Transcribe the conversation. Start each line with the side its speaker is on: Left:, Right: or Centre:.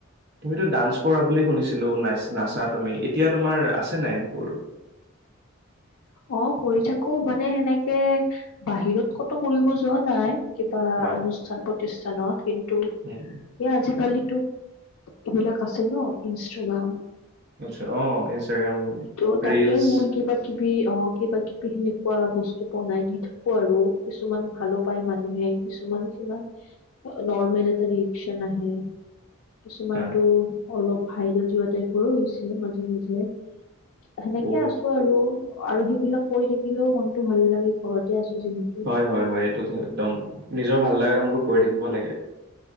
Right: তুমিতো ডান্স কৰা বুলি শুনিছিলো নাচ নাচা তুমি এতিয়া তোমাৰ আছে নাই সেইবোৰ
Left: অ কৰি থাকো মানে সেনেকে বাহিৰত কতো কৰিব যোৱা নাই কিবা
Right: হয়
Left: অনুষ্ঠান প্ৰতিষ্ঠানত কিন্তু এই
Right: উম,
Left: আজিকালি এইবিলাক আছে ন ইনষ্টাগ্ৰাম
Right: আচ্ছা অ ইনষ্টাগ্ৰাম
Left: ত' তাতে
Right: ৰিলচ
Left: মই কিবা কিবি অ কিবা কিবি সেনেকুৱা বস্তু বনাই দি থাকো আৰু কিছুমান ভালো পায় মানুহে কিছুমান সিমান নৰ্মেল এটা ৰিয়েকচন আহে কিছুমানটো
Right: হা
Left: অলপ ভাইৰেল যোৱা টাইপৰো হৈছে মাজে মাজে সেনেকে
Right: অ
Left: আছো আৰু আৰু সি এই বিলাক কৰি থাকিলেও মনতো ভাল লাগে ঘৰতে আছো যিহেতু
Right: হয় হয় হয় এইটোত একদম নিজৰ ভাল লগা কামবোৰ কৰি থাকিব লাগে